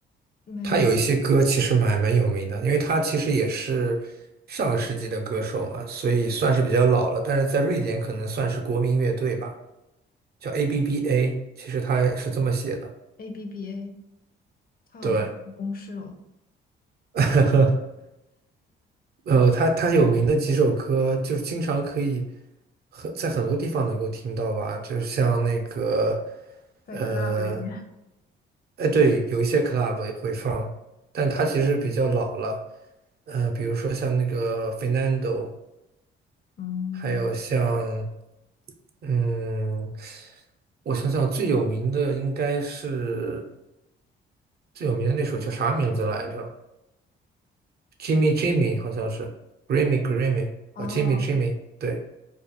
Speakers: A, on the left; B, on the right.
A: 没有
B: 他有一些歌其实蛮蛮有名的，因为他其实也是上个世纪的歌手嘛，所以算是比较老了，但是在瑞典可能算是国民乐队吧。叫 ABBA，其实它是这么写的。
A: ABBA，他好像公示了，
B: 对 <laughs>，呃，它它有名的几首歌，就是经常可以很在很多地方能够听到吧，就是像那个，
A: 在
B: 呃，
A: club 里面。
B: 哎，对，有一些 club 也会放，但它其实比较老了。呃，比如说像那个 Fernando，
A: 嗯，
B: 还有像，嗯，我想想最有名的应该是最有名的那首叫啥名字来着？Jimmy Jimmy 好像是 Grammy Grammy
A: 哦。
B: 啊，Jimmy Jimmy，对，